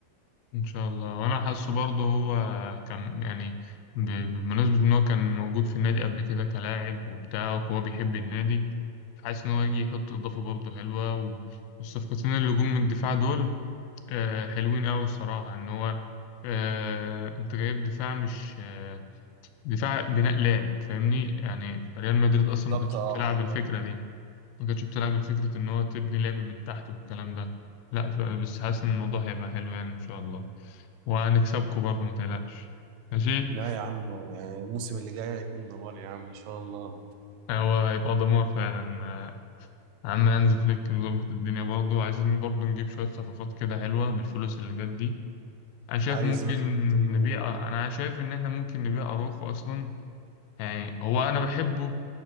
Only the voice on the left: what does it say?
ان شاء الله وانا حاسه برضه هو كان يعني ب- بمناسبة ان هو كان موجود في النادي قبل كده كلاعب وبتاع وهو بيحب النادي حاسس ان هو يجي يحط اضافة برضه حلوة و- والصفقتين اللي جم من الدفاع دول اه، حلوين قوي الصراحة ان هو اه، انت جايب دفاع مش آه، دفاع بناء لعب فاهمني يعني ريال مدريد اصلا
ما كانتش
بتلعب الفكره دي ما كانتش بتلعب الفكره ان هو تبني لعب من تحت والكلام ده لا ف- بس حاسس ان الموضوع هيبقى حلو يعني ان شاء الله وهنكسبكم برضه ما تقلقش ماشي
هو هيبقى دمار فعلا آه، عم هانز فليك مظبط الدنيا برضه عايزين برضه نجيب شويه صفقات كده حلوه بالفلوس اللي جت دي انا شايف
ممكن
نبيع انا شايف ان احنا ممكن نبيع اروخو اصلا يعني هو انا بحبه